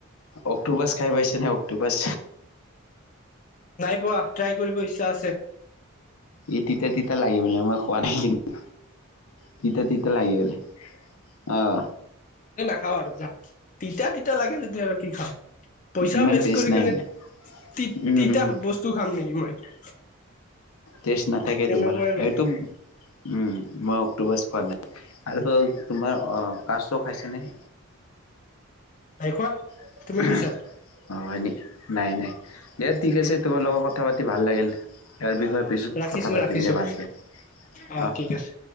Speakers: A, on the left (about 80°); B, on the left (about 35°).
A: অক্টোপাচ খাই পাইছে নে অক্টোপাচ?
B: নাই পোৱা, ট্ৰাই কৰিব ইচ্ছা আছে।
A: এই তিতা তিতা লাগে বোলে, মই খোৱা নাই কিন্তু। তিতা তিতা লাগে বোলে, অ'।
B: এই নাখাওঁ আৰু যা, তিতা তিতা লাগে যদি আৰু কি খাম। পইচা
A: ইমান
B: ৱেষ্ট
A: টেষ্ট
B: কৰি
A: নাই
B: কিনে
A: মানে
B: তি
A: উম
B: তিতা
A: উম
B: বস্তু স্তু খাম নেকি মই?
A: টেষ্ট নাথাকে
B: তেনেকুৱাই
A: তোমাৰ,
B: মানে
A: এইটো উম' মই অক্টোপাছ খোৱা নাই। আৰু তোমাৰ অ' কাছ খাইছেনে?
B: নাই খোৱা।
A: <unintelligible>
B: তুমি খাইছা
A: হয়, হয় নেকি নাই-নাই দিয়া ঠিক আছে, তোমাৰ লগত কথা পাতি ভাল লাগিল। ইয়াৰ
B: অ
A: বিষয়ে
B: অ
A: পিছত
B: ৰাখিছো
A: কথা পাতিম
B: ৰাখিছো
A: দিয়া ভালকৈ
B: অ
A: অহ'।
B: ঠিক আছে